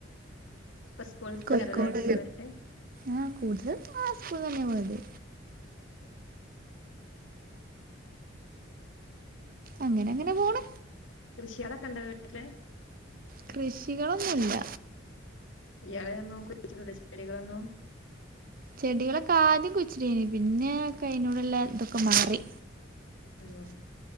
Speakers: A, on the left; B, on the right.
A: ഒ സ്കൂൾന്ന്
B: കോഴിക്കോട്
A: കരേ പോയത്?
B: ആ കൂടുതൽ സ്കൂൾ തന്നെ പോയത്. അങ്ങനെ അങ്ങനെ പോണ്.
A: കൃഷിയളൊക്കെ ണ്ടോ വീട്ടില്?
B: കൃഷികളൊന്നുമ ഇല്ല.
A: ഇയാളൊന്നും കുച്ചിട്ട ചെടികളൊന്നോ?
B: ചെടികളൊക്കെ ആദ്യം കുച്ചിടന് പിന്നെ കയിനോട്ല്ലാം ഇതൊക്കെ മാറി.
A: ആഹ